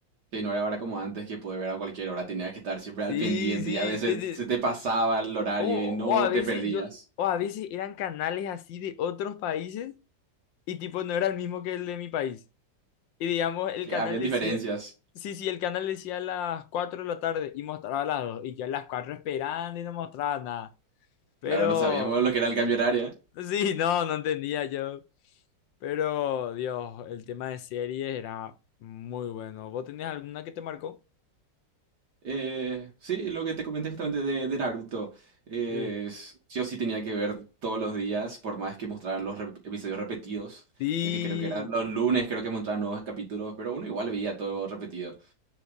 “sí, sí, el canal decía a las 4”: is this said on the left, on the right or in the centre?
Left